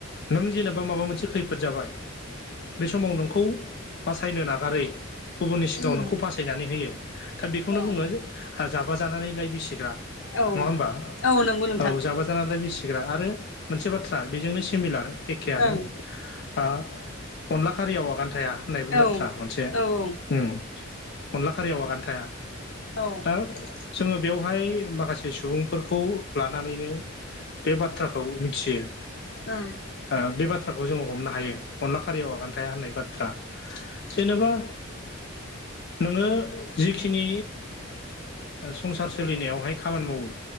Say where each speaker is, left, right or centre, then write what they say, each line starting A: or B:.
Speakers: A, on the left (about 50°); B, on the left (about 75°).
A: नों जेनेबा माबा मोनसे खैफोद जाबाय बे समाव नोंखौ बासायनो नागारै गुबुननि सिगाङाव
B: उम
A: नोंखौ बासायनानै होयो। दा बेखौनो
B: औ
A: बुङो जाबा जानानै लाइ बिसिग्रा।
B: औ
A: नङा होमबा
B: औ नंगौ नोंथां
A: औ जाबा जानानै लाइ बिसि सिग्रा आरो मोनसे बाथ्रा बेजोंनो सिमिलार एखेआनो
B: ओं
A: आ अनला खारियाव आगान थाया होननायबो बाथ्रा
B: औ
A: मोनसे
B: औ औ
A: उम अनला खारियाव आगान थाया
B: औ ओं
A: दा जोङो बेवहाय माखासे सुबुंफोरखौ लानानैनो बे बाथ्राखौ मिथियो।
B: ओं
A: ओ बे बाथ्राखौ जोङो हमनो हायो अनला खारियाव आगान थाया होननाय बाथ्रा जेनेबा नोङो जिखिनि संसार सोलिनायावहाय खामानि मावो